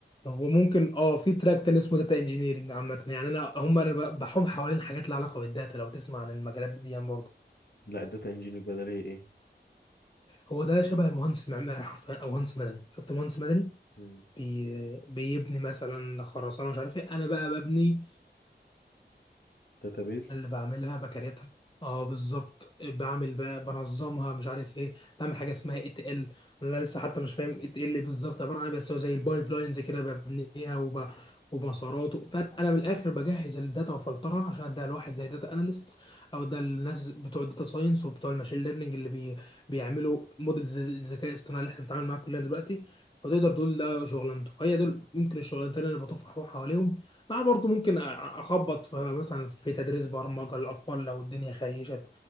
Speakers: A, on the left; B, on the left.
A: هو ممكن اه في تراك تاني اسمه داتا انجينيرنج عامة يعني انا هم انا ب- بحوم حوالين حاجات لها علاقة بالداتا لو تسمع عن المجالات دي يعني برضه
B: لا الداتا انجينير بدل هي ايه
A: هو ده شبه مهندس معماري حرفيا او مهندس مدني شفت مهندس مدني
B: مم.
A: بي... بيبني مثلا خرسانه مش عارف ايه انا بقى ببني
B: داتابيز
A: اللي بعملها بكريتها اه بالظبط بعمل بقى بنظمها مش عارف ايه بعمل حاجه اسمها اي تي ال انا لسه حتى مش فاهم اي تي ال بالظبط عباره عن ايه بس هو زي البايب لاينز كده ببنيها وب... ومسارات فانا من الاخر بجهز الداتا وفلترها عشان اديها لواحد زي داتا اناليست او ده الناس بتوع الداتا ساينس وبتوع الماشين ليرنينج اللي بي... بيعملوا موديل زي- الذكاء الاصطناعي اللي احنا بنتعامل معاه كلنا دلوقتي فتقدر تقول ده شغلانته فهي دول ممكن الشغلانتين اللي بطفح حواليهم لا برضه ممكن اخبط في مثلا في تدريس برمجه للاطفال لو الدنيا خيشت